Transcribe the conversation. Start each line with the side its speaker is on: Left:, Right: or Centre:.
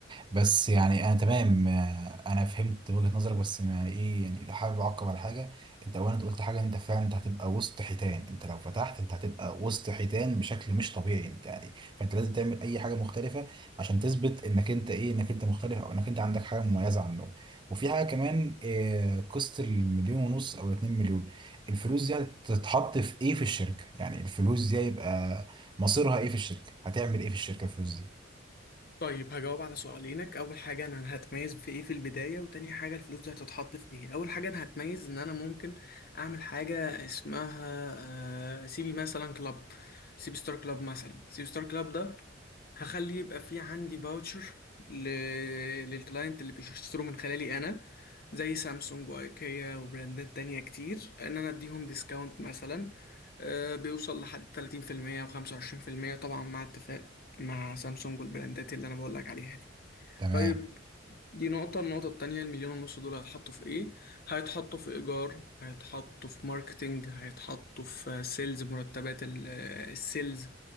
Right: بس يعني انا تمام آه، انا فهمت وجهة نظرك بس انا ايه يعني لو حابب اعقب على حاجه انت اولا أنت قلت حاجه انت فعلا انت هتبقى وسط حيتان انت لو فتحت انت هتبقى وسط حيتان بشكل مش طبيعي انت يعني فانت لازم تعمل اي حاجه مختلفه عشان تثبت انك انت ايه انك انت مختلف او انك انت عندك حاجه مميزه عنهم وفي حاجه كمان آه، قصه المليون ونص او الاتنين مليون الفلوس دي هتتحط في ايه في الشركه يعني الفلوس دي هيبقى مصيرها ايه في الشركه هتعمل ايه في الشركه الفلوس دي
Left: طيب هجاوب على سؤالينك اول حاجه انا هتميز في ايه في البدايه وتاني حاجه الفلوس دي هتتحط في ايه اول حاجه انا هتميز ان انا ممكن اعمل حاجه اسمها آه، سيبي مثلا كلاب سيبي ستار كلاب مثلا سيبي ستار كلاب ده هخلي يبقى في عندي فاوتشر ل... للكلاينت اللي بيشتروا من خلالي انا زي سامسونج وايكيا وبراندات تانية كتير ان انا اديهم ديسكاونت مثلا آه، بيوصل لحد 30% و25% طبعا مع اتفاق مع سامسونج والبراندات اللي انا بقول لك عليها دي
Right: تمام
Left: طيب دي نقطة النقطة التانية المليون ونص دول هيتحطوا في ايه؟ هيتحطوا في ايجار هيتحطوا في ماركتينج هيتحطوا في سيلز مرتبات ال- السيلز